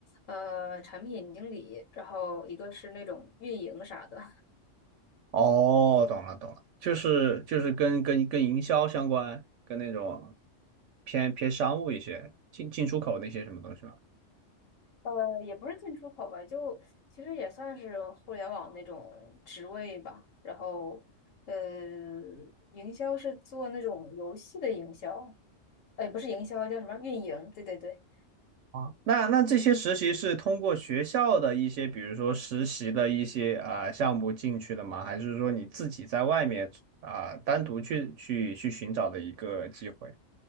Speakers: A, on the left (about 80°); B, on the right (about 75°).
A: 呃，产品经理，然后一个是那种运营啥的。
B: 哦，懂了懂了，就是就是跟跟跟营销相关，跟那种偏偏商务一些，进进出口那些什么东西吧。
A: 呃，也不是进出口吧，就其实也算是互联网那种职位吧。然后，呃，营销是做那种游戏的营销，哎，不是营销，叫什么运营？对对对，
B: 啊，那那这些实习是通过学校的一些，比如说实习的一些啊、呃项目进去的吗？还是说你自己在外面啊、呃单独去去去寻找的一个机会？